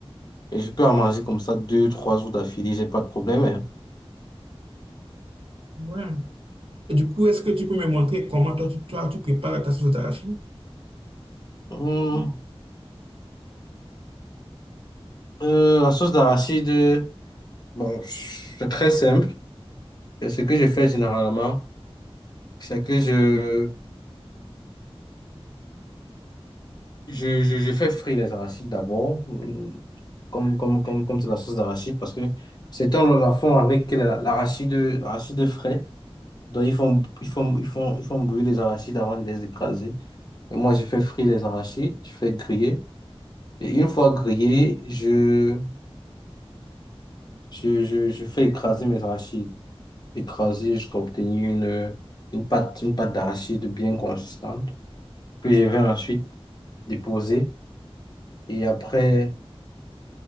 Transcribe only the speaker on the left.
Et je peux en manger comme ça deux, trois jours d'affilée, j'ai pas de problème. hein.
Hum, euh, la sauce d'arachide, euh, bon, c'est très simple. Et ce que je fais généralement, c'est que je, je, je, je fais frire les arachides d'abord, euh, comme, comme, comme, comme c'est la sauce d'arachide, parce que c'est un la fond avec la- l'arachide, l'arachide frais. Donc, ils font, ils font, ils font, ils font brûler les arachides avant de les écraser. Et moi, je fais frire les arachides, je fais griller. Et une fois grillés, je, je, je, je fais écraser mes arachides. Écraser jusqu'à obtenir une, une pâte, une pâte d'arachide bien consistante, que je vais ensuite déposer et après